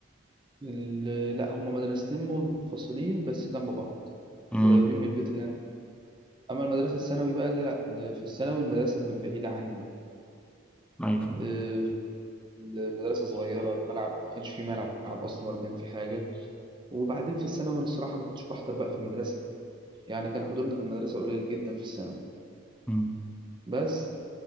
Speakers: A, on the right; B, in the centre.
A: ال- لا هما مدرستين منفصلين بس جنب بعض
B: امم
A: قريبين من البيت اللي أنا أما المدرسة الثانوي بقى ده لا ده في الثانوي المدرسة كانت بعيدة عني
B: أيوة
A: آه، في المدرسة صغيرة الملعب ما كانش فيه ملعب أصلا ولا كان فيه حاجة وبعدين في الثانوي أنا الصراحة ما كنتش بحضر بقى في المدرسة يعني كان حضورنا في المدرسة قليل جدا في الثانوي
B: امم
A: بس